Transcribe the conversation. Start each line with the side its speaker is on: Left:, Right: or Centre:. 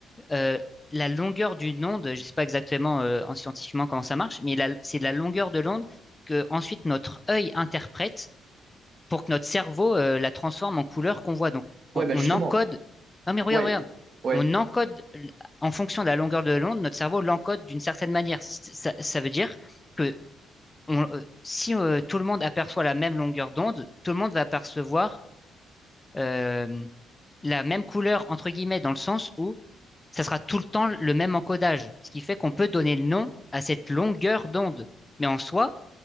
Left: euh, la longueur d'une onde, je sais pas exactement euh, en scientifiquement comment ça marche, mais la- c'est la longueur de l'onde que ensuite notre œil interprète pour que notre cerveau euh, la transforme en couleur qu'on voit. Donc on,
Right: Ouais, bah
Left: on
Right: justement,
Left: encode. Non mais regarde,
Right: ouais,
Left: regarde.
Right: ouais,
Left: On encode l- en fonction de la longueur de l'onde, notre cerveau l'encode d'une certaine manière. C- Ça, ça veut dire que on- euh, si euh, tout le monde aperçoit la même longueur d'onde, tout le monde va percevoir euh, la même couleur entre guillemets dans le sens où ça sera tout le temps le même encodage, ce qui fait qu'on peut donner le nom à cette longueur d'onde. Mais en soi,